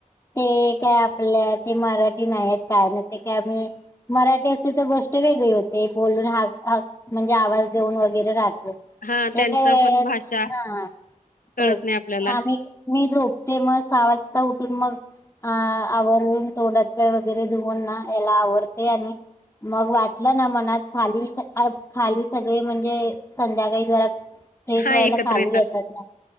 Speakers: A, on the left; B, on the left.
A: ते काय आपल्या ते मराठी नाही आहेत काय ना ते काय आम्ही मराठी असते तर गोष्ट वेगळी होते बोलून हाक हाक म्हणजे आवाज देऊन वगैरे राहतो.
B: हा त्यांचं
A: एक वेळेत
B: पण भाषा
A: हा
B: कळत
A: तेच
B: नाही आपल्याला
A: आम्ही मी झोपते मग साह वाजता उठून मग आ आवरून तोंड हात पाय वगैरे धुऊन ना याला आवरते आणि मग वाटलं ना मनात खाली स अ खाली सगळे म्हणजे संध्याकाळी जरा फ्रेश
B: हा
A: व्हायला
B: एकत्र
A: खाली येतात ना